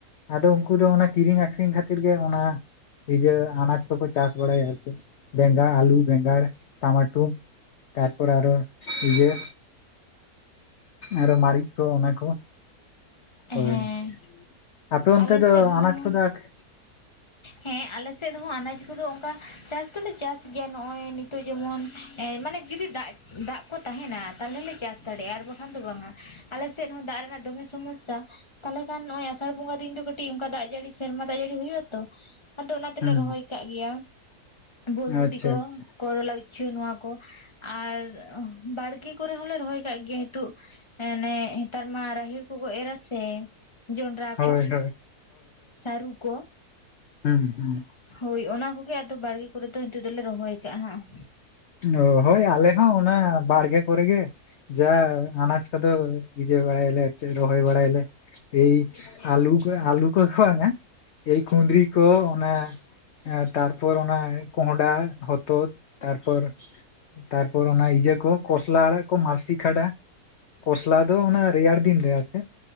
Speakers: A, on the left; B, on the left.
A: ᱟᱫᱚ ᱩᱱᱠᱩ ᱫᱚ ᱚᱱᱟ ᱠᱤᱨᱤᱧ ᱟᱠᱷᱟᱨᱤᱧ ᱠᱷᱟᱹᱛᱤᱨ ᱜᱮ ᱚᱱᱟ ᱤᱭᱟᱹ ᱟᱱᱟᱪ ᱠᱚᱠᱚ ᱪᱟᱥ ᱵᱟᱲᱟᱭᱟ ᱟᱨ ᱪᱮᱫ ᱵᱮᱸᱜᱟ ᱟᱹᱞᱩ ᱵᱮᱸᱜᱟᱲ ᱴᱟᱢᱟᱴᱩ ᱛᱟᱨᱯᱚᱨᱮ ᱟᱨᱚ ᱤᱭᱟᱹ ᱟᱨᱚ ᱢᱟᱨᱤᱡ ᱠᱚ ᱚᱱᱟ ᱠᱚ᱾ ᱦᱳᱭ,
B: ᱦᱮᱸ
A: ᱟᱯᱮ ᱚᱱᱛᱮ
B: ᱟᱞᱮ
A: ᱫᱚ
B: ᱥᱮᱫ ᱦᱚᱸ
A: ᱟᱱᱟᱪ ᱠᱚᱫᱚ ᱟᱠᱷ
B: ᱦᱮᱸ ᱟᱞᱮᱥᱮᱫ ᱦᱚᱸ ᱟᱱᱟᱪ ᱠᱚᱫᱚ ᱚᱱᱠᱟ ᱪᱟᱥ ᱱᱤᱛᱚᱜ ᱞᱮ ᱪᱟᱥ ᱜᱮᱭᱟ ᱱᱚᱜᱼᱚᱭ ᱱᱤᱛᱚᱜ ᱡᱮᱢᱚᱱ ᱢᱟᱱᱮ ᱡᱩᱫᱤ ᱫᱟᱜ ᱫᱟᱜ ᱠᱚ ᱛᱟᱦᱮᱱᱟ ᱛᱟᱦᱚᱞᱮ ᱪᱟᱥ ᱫᱟᱲᱮᱭᱟᱜᱼᱟ ᱟᱨ ᱵᱟᱠᱷᱟᱱ ᱫᱚ ᱵᱟᱝᱟ ᱟᱞᱮ ᱥᱮᱫ ᱦᱚᱸ ᱫᱟᱜ ᱨᱮᱱᱟᱜ ᱫᱚᱢᱮ ᱥᱚᱢᱚᱥᱟ᱾ ᱛᱟᱦᱚᱞᱮ ᱠᱷᱟᱱ ᱱᱚᱜ-ᱚᱭ ᱟ. ᱥᱟᱲ ᱵᱚᱸᱜᱟ ᱫᱤᱱ ᱫᱚ ᱠᱟᱹᱴᱤᱡ ᱚᱱᱠᱟ ᱫᱟᱜ ᱡᱟᱹᱲᱤ ᱥᱮᱨᱢᱟ ᱫᱟᱜ ᱡᱟᱹᱲᱤ ᱦᱩᱭᱩᱜ-ᱟ ᱛᱚ? ᱟᱫᱚ ᱚᱱᱟ ᱛᱮᱞᱮ
A: ᱦᱩᱸ
B: ᱨᱚᱦᱚᱭ ᱠᱟᱜ ᱜᱮᱭᱟ ᱵᱷᱚᱨᱵᱩᱴᱤ
A: ᱟᱪᱪᱷᱟ
B: ᱠᱚ᱾
A: ᱟᱪᱪᱷᱟ
B: ᱠᱚᱨᱚᱞᱟ ᱩᱪᱪᱷᱟᱹ ᱱᱚᱣᱟ ᱠᱚ ᱟᱨ ᱵᱟᱲᱜᱮ ᱠᱚᱨᱮ ᱦᱚᱞᱮ ᱨᱚᱦᱚᱭ ᱠᱟᱫ ᱜᱮᱭᱟ ᱱᱤᱛᱚᱜ, ᱮᱱᱮ ᱦᱮᱸᱛᱟᱨ ᱢᱟ ᱨᱟᱦᱮᱲ ᱠᱚᱠᱚ ᱮ. ᱨᱟ ᱥᱮ? ᱡᱚᱱᱰᱨᱟ
A: ᱦᱳᱭ
B: ᱠᱚ
A: ᱦᱳᱭ
B: ᱥᱟᱹᱨᱩ ᱠᱚ᱾
A: ᱦᱩᱸ ᱦᱩᱸ,
B: ᱦᱳᱭ ᱚᱱᱟ ᱠᱚᱜᱮ ᱟᱫᱚ ᱵᱟᱲᱜᱮ ᱠᱚᱨᱮ ᱫᱚ ᱱᱤᱛᱚᱜ ᱫᱚᱞᱮ ᱨᱚᱦᱚᱭ ᱟᱠᱟᱜ ᱦᱟᱸᱜ᱾
A: ᱚ ᱦᱳᱭ ᱟᱞᱮ ᱦᱚᱸ ᱚᱱᱟ ᱵᱟᱲᱜᱮ ᱠᱚᱨᱮ ᱜᱮ᱾ ᱡᱟ ᱟᱱᱟᱪ ᱠᱚᱫᱚ ᱤᱭᱟᱹ ᱵᱟᱲᱟᱭᱟᱞᱮ ᱨᱚᱦᱚᱭ ᱵᱟᱲᱟᱭᱟᱞᱮ᱾ ᱮᱭ ᱟᱞᱩ ᱠᱚ ᱟᱞᱩ ᱠᱚᱫᱚ ᱵᱟᱝ-ᱟ ᱮᱭ ᱠᱩᱸᱫᱽᱨᱤ ᱠᱚ ᱚᱱᱟ, ᱛᱟᱨᱯᱚᱨ ᱚᱱᱟ ᱠᱚᱸᱦᱚᱸᱰᱟ ᱦᱚᱛᱚᱫᱽ᱾ ᱛᱟᱨᱯᱚᱨ, ᱛᱟᱨᱯᱚᱨ ᱚᱱᱟ ᱤᱭᱟᱹ ᱠᱚ ᱠᱚᱥᱞᱟ ᱟᱲᱟᱝ ᱠᱚ ᱢᱟᱨᱥᱤ ᱠᱷᱟᱰᱟ᱾ ᱠᱚᱥᱞᱟ ᱫᱚ ᱚᱱᱟ ᱨᱮᱭᱟᱲ ᱫᱤᱱ ᱨᱮ ᱟᱪᱪᱷᱟ,